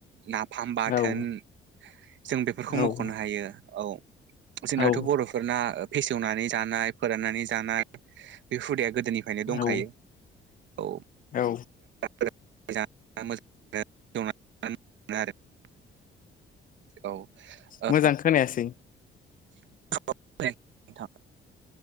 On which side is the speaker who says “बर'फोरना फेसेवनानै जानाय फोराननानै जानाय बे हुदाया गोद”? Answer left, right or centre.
Right